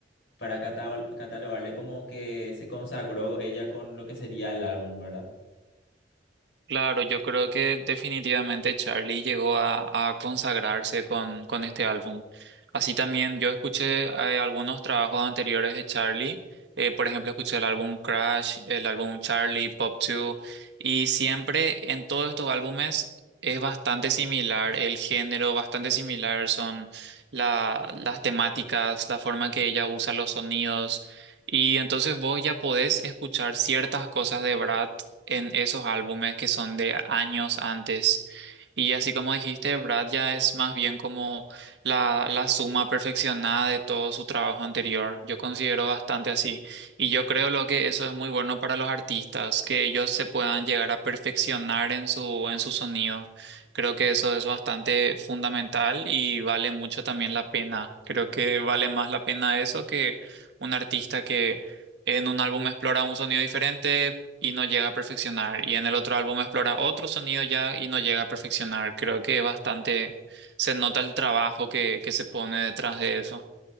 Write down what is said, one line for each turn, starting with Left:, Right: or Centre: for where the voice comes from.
Left: para cata- catalogarle como que se consagró ella con lo que sería el álbum, ¿verdad?
Right: Claro, yo creo que definitivamente Charlie llegó a, a consagrarse con, con este álbum. Así también yo escuché eh, algunos trabajos anteriores de Charlie. eh, por ejemplo, escuché el álbum Crash, el álbum Charlie, Pop 2, y siempre en todos estos álbumes es bastante similar el género, bastante similar son la- las temáticas, la forma en que ella usa los sonidos. Y entonces vos ya podés escuchar ciertas cosas de Brad en esos álbumes que son de años antes. Y así como dijiste, Brad ya es más bien como la, la suma perfeccionada de todo su trabajo anterior. Yo considero bastante así. Y yo creo lo que eso es muy bueno para los artistas, que ellos se puedan llegar a perfeccionar en su, en su sonido. Creo que eso es bastante fundamental y vale mucho también la pena. Creo que vale más la pena eso que un artista que en un álbum explora un sonido diferente, y no llega a perfeccionar. Y en el otro álbum explora otro sonido ya y no llega a perfeccionar. Creo que bastante se nota el trabajo que, que se pone detrás de eso.